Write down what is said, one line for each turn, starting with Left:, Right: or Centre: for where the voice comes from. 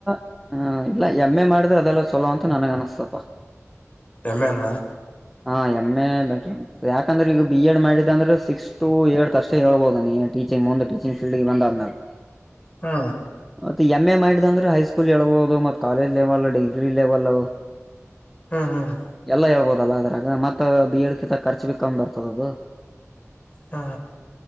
Centre: <inaudible> ಇಲ್ಲ ಎಂ ಎ ಮಾಡ್ ಅದೆಲ್ಲ ಚಲ್ಲೋ ಅಂತ ನನಗೆ ಅನಸ್ತಪ್ಪಾ
Left: ಎಂ ಎ ನ
Centre: ಹಾ ಎಮ್ ಎ ಬೆಟ್ರ ಯಾಕಂದ್ರೆ ಈಗ ಬಿ ಎಡ್ ಮಾಡಿದ್ದ ಅಂದ್ರೆ ಸಿಕ್ಸ್ತ್ ಏಳ್ತ್ ಅಷ್ಟೇ ಹೇಳ್ಬೋದ ನೀ ಟೀಚಿಂಗ್ ಮುಂದೆ ಟೀಚಿಂಗ್ ಫೀಲ್ಡ್ಗೆ ಬಂದಾದ್ಮೇಲೆ
Left: ಹಾ
Centre: ಮತ್ತೆ ಎಮ್ ಎ ಮಾಡಿದ ಅಂದ್ರೆ ಹೈಸ್ಕೂಲ್ ಹೇಳ್ಬಹುದು ಮತ್ತ ಕಾಲೇಜ್ ಲೆವೆಲ್ ಡಿಗ್ರಿ ಲೆವೆಲ್
Left: ಹ್ಮ್ ಹ್ಮ್
Centre: ಎಲ್ಲಾ ಹೇಳ್ಬೋದು ಅಲದ್ರಾಗ ಮತ್ತ ಬಿ ಎ ಎಡ್ ಕಿಂತ ಖರ್ಚ ಕಮ್ಮಿ ಬರ್ತದ ಅದು
Left: ಹಾ